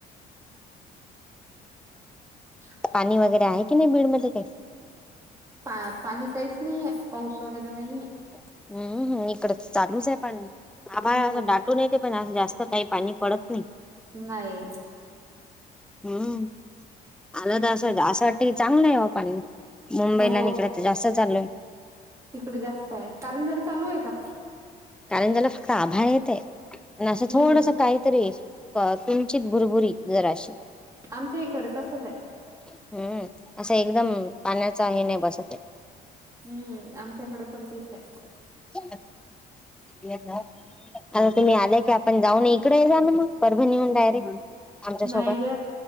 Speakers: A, on the right; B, in the centre.
A: अच्छा.
B: पाणी वगैरे आहे की नाही बीड मध्ये काही.
A: पा पाणी काहीच नाहीये पाऊस वगैरे नाहीये.
B: हम्म हम् इकड चालूच आहे पाणी आभळ
A: हो
B: असं दाटून ते पण, आज जास्त काही पाणी पडत नाही.
A: नाही.
B: हम्म आला
A: हम्म
B: तर असं असं वाटतं की चांगलं आहे वा पाणी मुंबईला
A: हो
B: आणि इकड तर जास्त चाललंय.
A: तिकडे जास्त आहे, कारणजल चालू आहे का?
B: कारण ज्याला फक्त आभाळ येतंय आणि असं
A: हम्म
B: थोडस काही तरी. अ किंचित भुरभुरी जराशी.
A: आमच्या इकडे तसच आहे.
B: हम्म असं एकदम पाण्याचा हे नाही बसतये.
A: हम्म आमच्याकडे पण तेच आहे.
B: <unintelligible> आता तुम्ही आले की आपण जाऊन इकडे जाल मग परभणी वरून डायरेक्ट. आमच्या सोबत
A: नाही ग